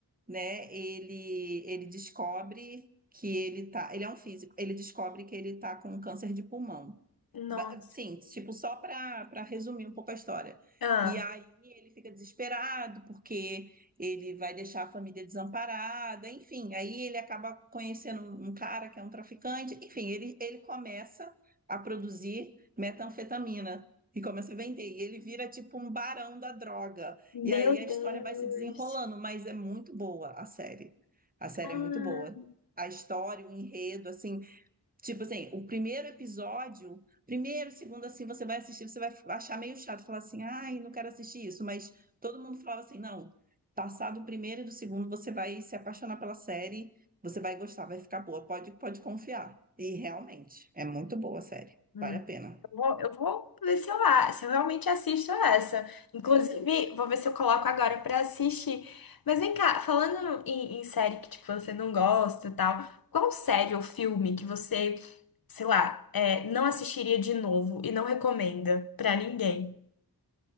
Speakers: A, on the right; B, on the left.
A: né? Ele, ele descobre que ele tá, ele é um físico, ele descobre que ele tá com câncer de pulmão.
B: Nossa.
A: Ba- Sim, tipo, só para para resumir um pouco a história.
B: Ah,
A: E aí ele fica desesperado porque ele vai deixar a família desamparada, enfim. Aí ele acaba conhecendo um um cara que é um traficante, enfim, ele, ele começa a produzir metanfetamina e começa a vender. E ele vira tipo um barão da droga.
B: meu
A: E aí a
B: Deus.
A: história vai se desenrolando, mas é muito boa a série. A série
B: Ah.
A: é muito boa. A história, o enredo, assim. Tipo assim, o primeiro episódio, primeiro, segundo, assim, você vai assistir, você vai achar meio chato, falar assim, ai, não quero assistir isso, mas todo mundo falava assim, não, Passado o primeiro e do segundo, você vai se apaixonar pela série, você vai gostar, vai ficar boa, pode, pode confiar. E realmente, é muito boa a série,
B: Hum.
A: vale a pena.
B: Eu vou, eu vou ver se eu, a- se eu realmente assisto essa. Inclusive, vou ver se eu coloco agora pra assistir. Mas vem cá, falando em, em série que tipo, você não gosta e tal, qual série ou filme que você, sei lá, é, não assistiria de novo e não recomenda pra ninguém?